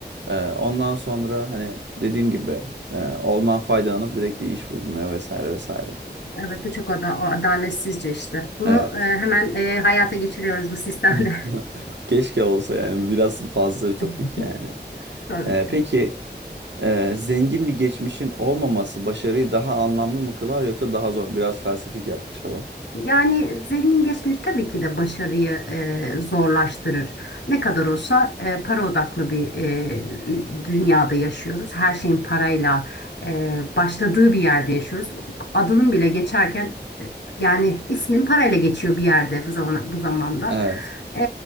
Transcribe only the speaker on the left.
Evet bu çok ada- adaletsizce işte. Bunu
e, hemen e, hayata geçiriyoruz bu sistemde.
<laughs>
Tabii.
Yani zengin geçmiş tabii ki de başarıyı e, zorlaştırır. Ne kadar olsa e, para odaklı bir e, dünyada yaşıyoruz. Her şeyin parayla e, başladığı bir yerde yaşıyoruz. Adının bile geçerken e, yani ismin parayla geçiyor bir yerde bu zaman bu zamanda.
E,